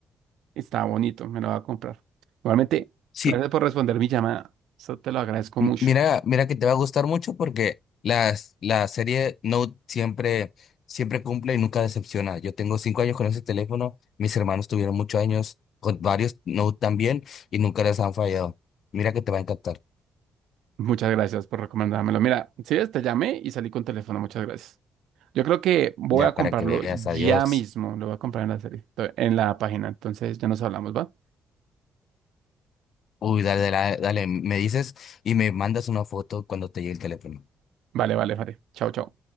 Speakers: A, on the right; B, on the left.
A: Está bonito. Me lo voy a comprar. Igualmente,
B: Sí,
A: gracias por responder mi llamada. Eso te lo agradezco
B: M-
A: mucho.
B: Mira, mira que te va a gustar mucho porque las, la serie Note siempre, siempre cumple y nunca decepciona. Yo tengo cinco años con ese teléfono, mis hermanos tuvieron muchos años con varios Note también y nunca les han fallado. Mira que te va a encantar.
A: Muchas gracias por recomendármelo. Mira, si ves, te llamé y salí con teléfono. Muchas gracias. Yo creo que voy
B: Ya
A: a
B: para
A: comprarlo
B: que veas,
A: ya
B: adiós.
A: mismo. Lo voy a comprar en la serie, en la página. Entonces ya nos hablamos, ¿va?
B: Uy, dale, dale, dale, me dices y me mandas una foto cuando te llegue el teléfono.
A: Vale, vale, vale. Chao, chao.